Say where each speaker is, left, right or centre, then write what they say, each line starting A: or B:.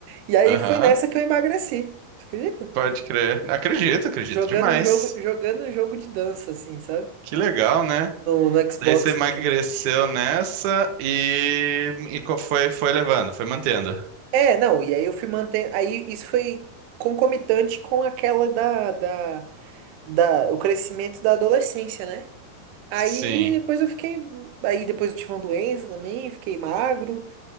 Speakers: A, on the right (about 85°); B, on the right (about 70°).
A: E aí
B: Aham,
A: foi nessa que eu emagreci. Tu acredita?
B: pode crer. Acredito, acredito
A: Jogando
B: demais.
A: jogo, jogando jogo de dança, assim, sabe?
B: Que legal, né?
A: No, no Xbox
B: Daí você emagreceu
A: com Kinect.
B: nessa e, e co- foi, foi levando, foi mantendo.
A: É, não, e aí eu fui mantendo. Aí isso foi concomitante com aquela da, da, da, o crescimento da adolescência, né? Aí
B: Sim.
A: depois eu fiquei. Aí depois eu tive uma doença também, fiquei magro.